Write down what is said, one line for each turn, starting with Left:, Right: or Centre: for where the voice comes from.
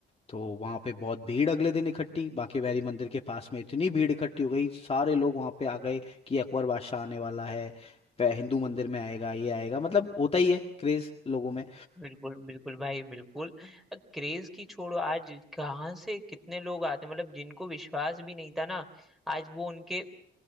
Left: तो वहां पे बहुत भीड़ अगले दिन इकट्ठी बांके बिहारी मंदिर के पास में इतनी भीड़ इकट्ठी हो गई सारे लोग वहां पे आ गए कि अकबर बादशाह आने वाला है पे- हिंदू मंदिर में आएगा ये आएगा मतलब होता ही है क्रेज लोगों में
Centre: बिल्कुल बिल्कुल भाई बिल्कुल क्रेज की छोड़ो आज कहाँ से कितने लोग आते हैं मतलब जिनको विश्वास भी नहीं था ना आज वो उनके